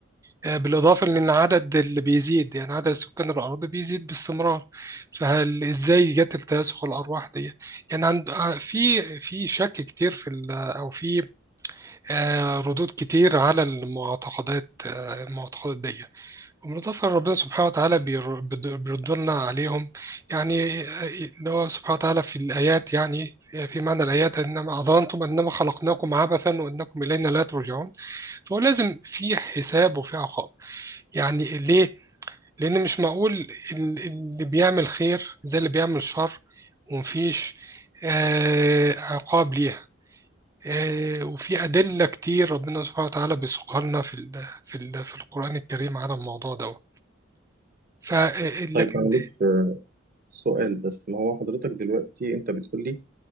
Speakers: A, on the right; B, on the right.
A: آه، بالإضافة لأن العدد اللي بيزيد يعني عدد سكان الأرض بيزيد باستمرار فهل إزاي جت التناسخ الأرواح دي؟ يعني عند ع- في في شك كتير في ال- أو في آه، ردود كتير على المعتقدات آه، المعتقدات دي وبالإضافة ربنا سبحانه وتعالى بير- بيرد- بيردلنا عليهم يعني اللي هو سبحانه وتعالى في الآيات يعني في في معنى الآيات إنما أظننتم أنما خلقناكم عبثا وأنكم إلينا لا ترجعون فهو لازم في حساب وفي عقاب يعني ليه؟ لأن مش معقول ال- اللي بيعمل خير زي اللي بيعمل شر ومفيش آه، عقاب ليها آه، وفي أدلة كتير ربنا سبحانه وتعالى بيسوقها لنا في ال- في ال- في القرآن الكريم على الموضوع ده ف لكن
B: طيب معلش سؤال بس ما هو حضرتك دلوقتي انت بتقول لي